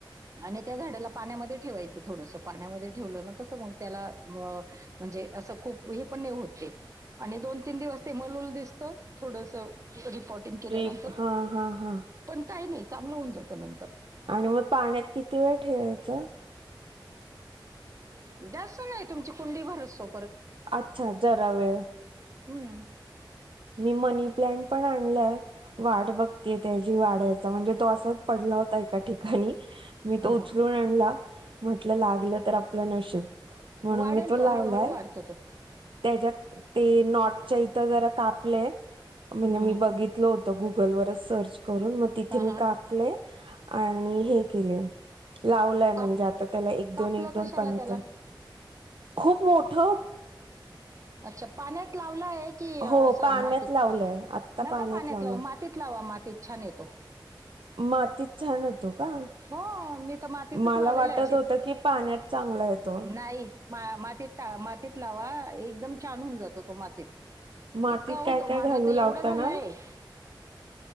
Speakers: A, on the right; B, on the right.
A: आणि त्या झाडाला पाण्यामध्ये ठेवायच थोडस पाण्यामध्ये ठेवलं कस मग त्याला म्हणजे अस खूप हे पण आणि दोन तीन दिवस ते मलूल दिस थोडस <inaudible> स्पॉटिंग केल्यानंतर
B: रीप हा हा हा
A: पण काही नाही. चांगलं होऊन जातंं ना
B: आणि मग पाळण्यात किती वेळ ठेवायचं?
A: जास्त नाही तुमची कुंडीभर असो
B: आच्छा जरा वेळ
A: हम्म.
B: मी मनी प्लांट पण आणलाय वाट बघतेय त्या जी वाढायचा म्हणजे तो आसं पडला होता एका ठिकाणी मी
A: हा,
B: तो उचलून
A: हा.
B: आणला म्हटलं लागलं तर आपलं नशीब म्हणून
A: वाढेल
B: मी तो लावलाय.
A: हळूहळू वाढतो तो तो
B: त्याच्या ते नॉटच्या इथं जरा कापलय
A: हम्म,
B: मीन मी
A: हम्म.
B: बघितल होत गुगलवरच सर्च करून म तिथे
A: हा,
B: मी
A: हा.
B: कापले आणि हे केले लावलंय म्हणजे
A: काप
B: आता त्याला एक
A: कापलं
B: दोन एक दोन
A: कशाला
B: पानं
A: त्याला
B: तर खूप मोठं
A: अच्छा पाण्यात लावला आहे की
B: हो
A: आस
B: पाण्यात
A: मातीत
B: लावलंय आत्ता
A: नका पाण्यात
B: लावलंय
A: लावू मातीत लावा माती ते छान येतो
B: मातीत छान होत तो का?
A: हो मी तर मातीतच
B: मला
A: लावलेला
B: वाटत
A: आहे अशी
B: होतं की पाण्यात चांगला येतो.
A: नाही मा मातीत त लावा एकदम छान हून जातो तो मातीत
B: मातीत
A: इतका होतो
B: काय काय
A: माझा
B: घालू
A: तर
B: लावताना
A: एवढा झालाय <inaudible>